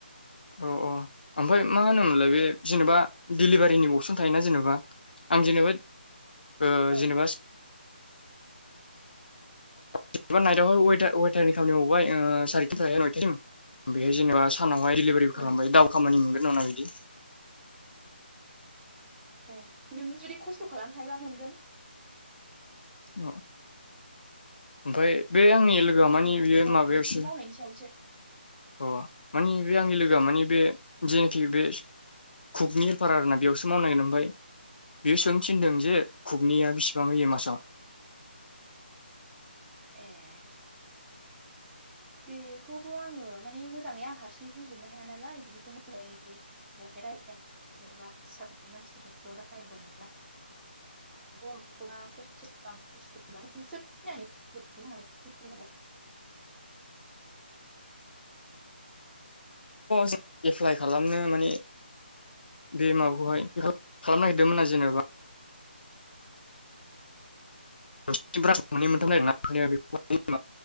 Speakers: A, on the left; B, in the centre.
A: अ अ औ ओमफ्राय मा होनोमोनलाय बे जेनेबा डिलिभारिनि अबसन थायोना जेनेबा आं जेनेबा ओ
B: औ
A: जेनेबा जेनेबा नाइटआवहायार वेटारनि खामानि मावबाय सारिथिानिफ्रायहाय नयथासिम बेहाय जेनेबा सानावहाय दिडलिभारिबो खालामबाय
B: उम
A: दाबल खामानि मोनगोन नामा बिदि।
B: ए नों जुदि खस्थ' खालामनो हायोबा मोनगोन।
A: ओ ओमफ्राय बे आंनि लोगोआ
B: नों मावनो
A: मानि
B: हायोबा
A: बेयो
B: आरो
A: माबायावसो
B: नोंनि मावनायनि सायावसो
A: अ मानि बे आंनि लोगोआ मानि बे जेनाखि बे कुकनि हेलपारा आर ना बेयावसो मावनांगोन ओमफ्राय बेयो सोंनो थिनदों जे खुगनिया बेसिबां होयो मासाव।
B: ए बेखौबो आङो माने मोजाङै आं हारसिङै बुंजोबनो हाया नालाय बिदिखौ मोजाङै बहाय रायायाखै जेनेबा फिसाबनि मानसिफोरथ' रायनांगौ नालाय <unintelligible> <unintelligible>
A: जों एप्लाइ खालामनो माने बे माबाखौहाय खालामनो नागिरदोंमोन आरो जेनेबा। <unintelligible> मोननै मोनथामबाय आरो ना